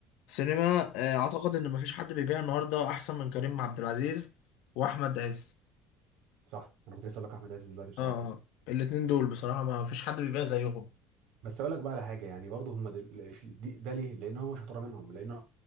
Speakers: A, on the left; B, on the right.
A: سينما آه، اعتقد ان مفيش حد بيبيع النهارده احسن من كريم عبد العزيز واحمد عز
B: صح انا كنت لسه اقول لك احمد عز دلوقتي بصراحه
A: اه اه الاتنين دول بصراحه ما فيش حد بيبيع زيهم
B: بس اقول لك بقى على حاجه يعني برضه هم دل... دي- ده ليه؟ لان هم شطاره منهم لان هم